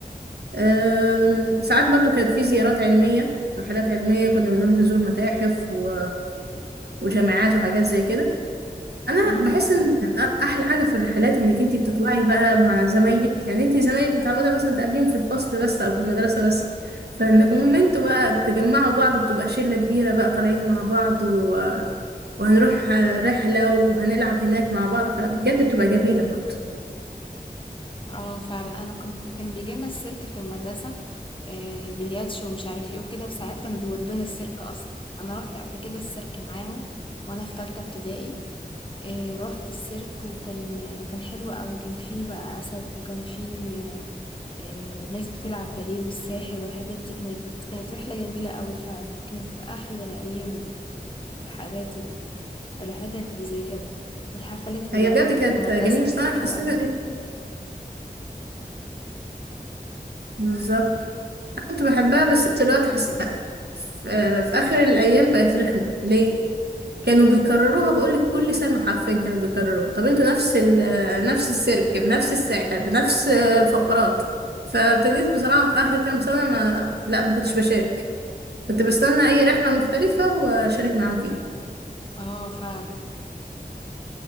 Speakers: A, on the right (about 85°); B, on the left (about 30°).
A: أم، ساعات برضو كانت في زيارات علمية رحلات علمية كنا بنروح نزور متاحف و... وجامعات وحاجات زي كده انا
B: إمم،
A: بحس ان أ- احلى حاجة في الرحلات انك انتي بتطلعي بقى مع زمايلك يعني انتي زمايلك متعودة مثلا تقابليهم في الفصل بس او في المدرسة بس فانكم ان انتوا بقى تجمعوا بعض بتبقى شلة كبيرة بقى طالعين مع بعض و... وهنروح آه، رحلة وهنلعب هناك مع بعض فبجد بتبقى جميلة برضو
B: آه فعلًا، أنا كنت كان بييجي لنا السيرك في المدرسة آآ، بلياتشو ومش عارف إيه وكده، وساعات كانوا بيودونا السيرك أصلًا، أنا رُحت قبل كده السيرك معاهم وأنا في تالتة ابتدائي. إيه، رحت السيرك وكان كان حلو قوي كان فيه بقى أسد وكان فيه آه، ناس بتلعب باليه والساحر والحاجات دي كانت كانت رحلة جميلة قوي فعلا كانت أحلى أيام الرحلات ال- الرحلات اللي بتبقى زي كده والحفلات اللي
A: هي
B: بيعملوها
A: بجد كانت
B: في المدرسة
A: جميلة الصراحة
B: كانت حلوة
A: حسيتها
B: قوي
A: بالظبط كنت بحبها بس دلوقتي حاسة في في آخر الأيام بقت رخمة ليه؟ كانوا بيكرروها بقولك كل سنة حرفيا كانوا بيكرروها طب انتوا نفس ال نفس السيرك بنفس الساحر بنفس الفقرات فابتديت بصراحة في آخر كام سنة ما لا ما كنتش بشارك كنت بستنى أي رحلة مختلفة وأشارك معاهم فيها
B: اه فعلا